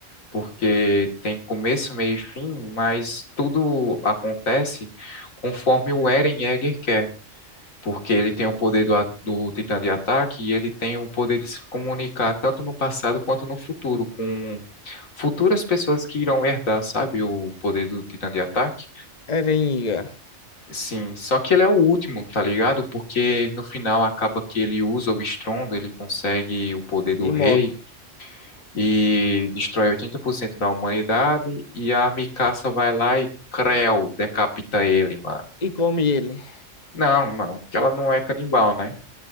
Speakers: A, on the left; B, on the left.
A: porque tem começo, meio e fim, mas tudo acontece conforme o Eren Yeager quer. porque ele tem o poder do, a- do Titã de ataque e ele tem o poder de se comunicar tanto no passado quanto no futuro, com futuras pessoas que irão herdar, sabe, o poder do Titã de ataque.
B: Erenga.
A: Sim, só que ele é o último, tá ligado? Porque no final acaba que ele usa o estrondo, ele consegue o poder do
B: E
A: rei
B: morre.
A: e destrói 80% da humanidade e a Mikasa vai lá e Creu decapita ele, mano.
B: E come ele.
A: Não, não, porque ela não é canibal, né?